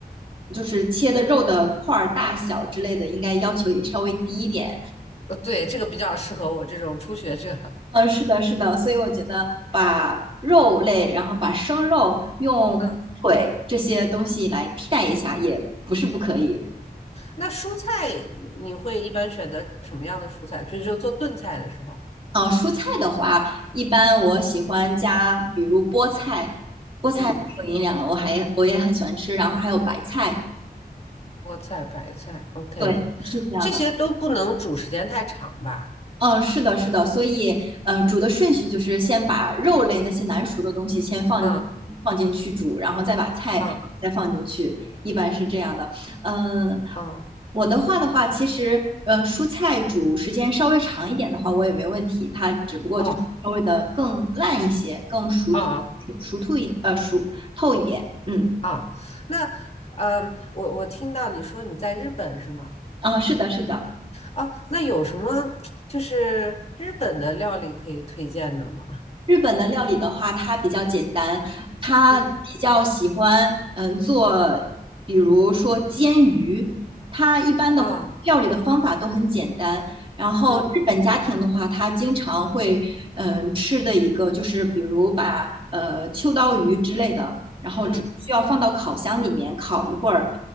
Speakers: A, on the right; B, on the left.
A: 就是切的肉的块儿大小之类的，应该要求也稍微低一点。
B: 呃对，这个比较适合我这种初学者，
A: 呃，是的，是的，所以我觉得把肉类，然后把生肉用腿这些东西来替代一下，
B: 嗯，
A: 也不是不可以。
B: 那蔬菜你会一般选择什么样的蔬菜？就就做炖菜的时候，
A: 嗯、蔬菜的话，一般我喜欢加，比如菠菜，菠菜挺有营养的我还我也很喜欢吃，
B: 嗯。
A: 然后还有白菜，
B: 菠菜、白菜，OK，
A: 对，是这样的。
B: 这些都不能煮时间太长吧？
A: 嗯，是的，是的，所以，呃，煮的顺序就是先把肉类那些难熟的东西先放放进去煮，
B: 嗯
A: 然后再把菜再放进去，
B: 嗯
A: 一般是这样的。嗯，
B: 嗯，
A: 我的话的话，其实，呃，蔬菜煮时间稍微长一点的话，我也没问题，它只不过就是稍微的更烂一些，
B: 哦
A: 更熟透
B: 哦
A: 熟透一呃熟透一点。嗯，
B: 哦，那嗯，我我听到你说你在日本是吗？
A: 啊，是的，是的。
B: 哦，那有什么就是日本的料理可以推荐的吗？
A: 日本的料理的话，它比较简单，它比较喜欢嗯做，
B: 嗯
A: 比如说煎鱼，它一般的话料理的方法都很简单。
B: 啊
A: 然后日本家庭的话，
B: 嗯
A: 它经常会嗯吃的一个就是比如把呃秋刀鱼之类的，然后只需要放到烤箱里面烤一会儿，
B: 嗯